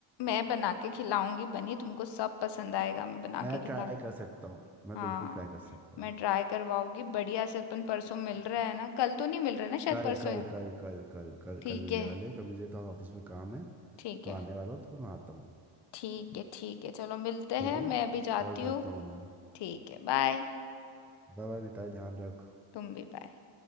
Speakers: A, on the left (about 55°); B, in the centre.
A: मैं बना के खिलाऊंगी बनी तुमको सब पसंद आएगा मैं बना
B: मैं
A: के
B: ट्राई
A: खिला
B: कर सकता हूँ मैं
A: हाँ
B: बिल्कुल ट्राई कर सकता हूँ
A: मैं ट्राई करवाऊंगी बढ़िया से अपन परसों मिल रहा है ना कल तो नहीं मिल रहा है ना शायद
B: कल
A: परसों
B: कल
A: है
B: कल कल कल कल
A: ठीक
B: कल मिलने
A: है
B: वाले हैं, कल मुझे तो ऑफिस में काम है
A: ठीक
B: तो
A: है
B: आने वाला हूँ तो मैं आता हूँ
A: ठीक है ठीक है चलो मिलते
B: ठीक
A: हैं
B: है
A: मैं अभी जाती
B: कॉल
A: हूँ
B: करता हूँ मैं
A: ठीक है बाय
B: बाय बाय मिताली ध्यान रख
A: तुम भी बाय